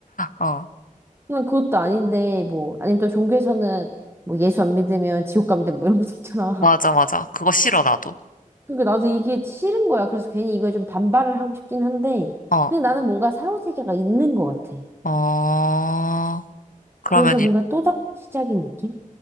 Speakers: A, on the left (about 70°); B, on the right (about 15°).
A: 어,
B: 난 그것도 아닌데, 뭐, 아니면 또 종교에서는 뭐, 예수 안 믿으면 지옥 갑니다, 뭐 이런 것도 있잖아.
A: 맞아, 맞아. 그거 싫어, 나도.
B: 그러니까 나도 이게 싫은 거야. 그래서 괜히 이거에 좀 반발을 하고 싶긴 한데,
A: 어,
B: 그냥 나는 뭔가 사후세계가 있는 것 같아.
A: 어, 그러면
B: 그래서 뭔가
A: 이-
B: 또 다른 시작인 느낌?